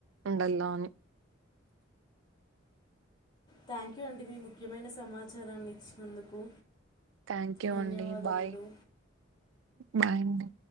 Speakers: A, on the right (about 70°); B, on the left (about 20°).
A: ఉండలా అని
B: థ్యాంక్ యూ అండి మీ ముఖ్యమైన సమాచారాన్ని ఇచ్చినందుకు
A: థాంక్యూ
B: ధన్యవాదములు
A: అండి బాయ్ బాయ్ అండి